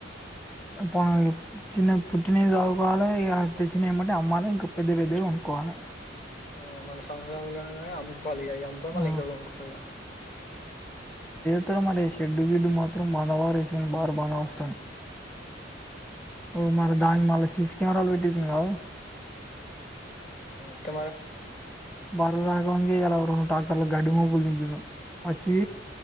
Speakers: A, in the centre; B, on the left (about 45°).
A: పోన ఇ చిన్న పుట్టిన చదువుకోవాలి ఇగ తెచ్చిన ఎంబెటే అమ్మాయిలు ఇంకా పెద్ద పెద్దవి కొనుక్కోవాలి
B: ఆ మళ సంవత్సరం కాగానే అమ్ముకోవాలిగా అ అమ్ముకొని మళ్ళీ
A: ఆ
B: ఇంక కొనుకోవాలిగా
A: ఉత్తర మలి అరే షెడ్డు గిడ్డు మాత్రం బానవారేసిండు బార బాన మస్తుంది
B: హుమ్
A: ఓ మరి దానికి మళ్ళ సీసి కెమెరాలు పెట్టిచిండు కదా
B: ఉత్త
A: బారు రాకుండా ఇయాల రెండ్ టాక్టర్లు గడ్డి మొప్పులు దింపిండు పచ్చి